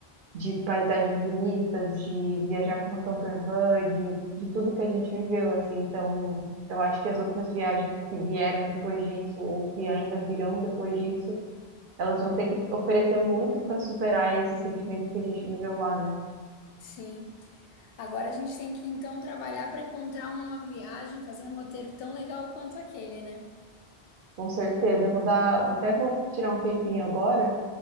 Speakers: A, on the right; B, on the left.
A: de paisagens bonitas, de viajar com uma camper van, de, de tudo que a gente viveu, assim. Então, eu acho que as outras viagens que vieram depois disso, ou que ainda virão depois disso, elas vão ter que oferecer muito para superar esse sentimento que a gente viveu lá, né?
B: sim. Agora a gente tem que então trabalhar para encontrar uma viagem, fazer um roteiro tão legal quanto aquele, né?
A: Com certeza. Vou dar, vou- até vou tirar um tempinho agora